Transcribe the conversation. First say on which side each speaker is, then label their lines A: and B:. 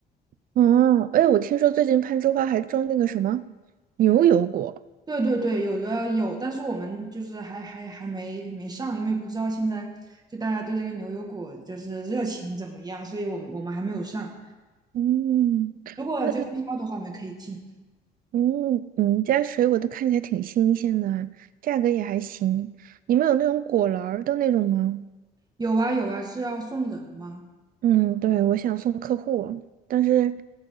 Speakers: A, on the right (about 55°); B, on the right (about 25°).
A: 哦，哎，我听说最近攀枝花还种那个什么牛油果。
B: 对对对，有的有，但是我们就是还还还没没上，因为不知道现在就大家对这个牛油果就是热情怎么样，所以我们我们还没有上。
A: 嗯，
B: 如果就是要的话，
A: 那
B: 我们可以进。
A: 嗯，你们家水果都看起来挺新鲜的啊，价格也还行。你们有那种果篮儿的那种吗？
B: 有啊有啊，是要送人吗？
A: 嗯，对，我想送客户，但是，